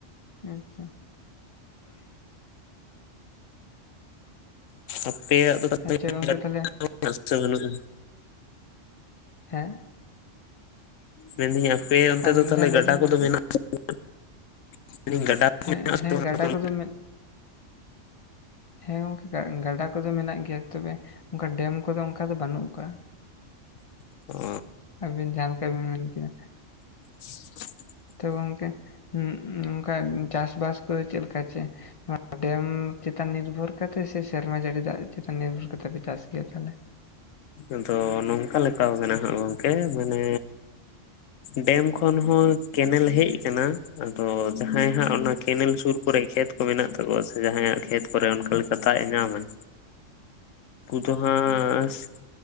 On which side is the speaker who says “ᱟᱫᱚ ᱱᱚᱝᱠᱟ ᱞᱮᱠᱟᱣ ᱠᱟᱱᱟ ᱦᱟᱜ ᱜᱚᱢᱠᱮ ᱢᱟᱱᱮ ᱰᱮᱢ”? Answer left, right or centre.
Left